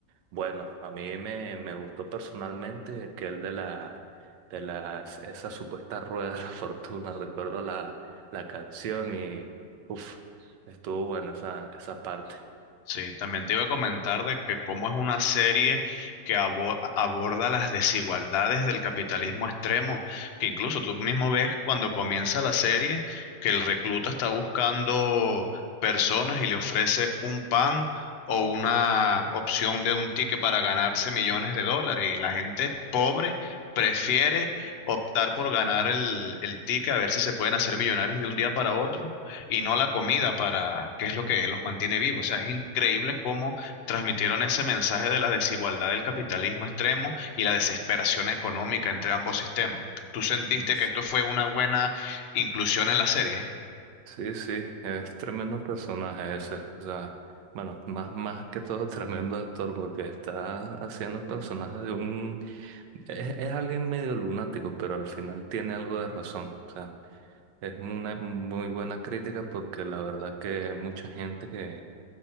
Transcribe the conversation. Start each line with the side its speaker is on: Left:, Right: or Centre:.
Right: bueno, a mí me, me gustó personalmente que el de la de las esa supuesta rueda de la <laughs> fortuna, recuerdo la, la canción y uff, estuvo buena esa, esa parte.
Left: Sí, también te iba a comentar de que cómo es una serie que abo- aborda las desigualdades del capitalismo extremo, que incluso tú mismo ves cuando comienza la serie que el recluta está buscando personas y le ofrece un pan o una opción de un ticket para ganarse millones de dólares y la gente pobre prefiere optar por ganar el, el ticket a ver si se pueden hacer millonarios de un día para otro y no la comida para qué es lo que los mantiene vivos. O sea, es increíble cómo transmitieron ese mensaje de la desigualdad del capitalismo extremo y la desesperación económica entre ambos sistemas. ¿Tú sentiste
Right: Yes.
Left: que esto fue una buena inclusión en la serie?
Right: Sí, sí, es tremendo personaje ese. O sea, bueno, más, más que todo <laughs> tremendo actor porque está haciendo personajes de un... Es, es alguien medio lunático, pero al final tiene algo de razón. O sea, Es una muy buena crítica porque la verdad que hay mucha gente que